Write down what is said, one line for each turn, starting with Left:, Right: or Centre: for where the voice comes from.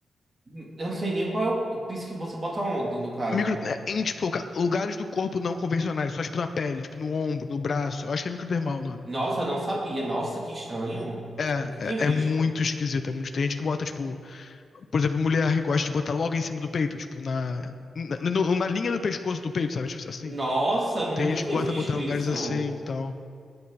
Right: Eu não sei nem qual é o o piso que você bota onde, no caso.
Left: É micro, é em, tipo, ca- lugares do corpo não convencionais, só, tipo, na pele, tipo, no ombro, no braço. Eu acho que é microdermal o nome.
Right: Nossa, eu não sabia. Nossa, que estranho.
Left: É,
Right: Nunca tinha visto.
Left: é, é muito esquisito. É muito, tem gente que bota, tipo, por exemplo, mulher que gosta de botar logo em cima do peito, tipo, na, na, no- na linha do pescoço do peito, sabe? Tipo assim.
Right: Nossa, nunca
Left: Tem gente
Right: tinha
Left: que gosta
Right: visto
Left: de botar em lugares
Right: isso.
Left: assim, então.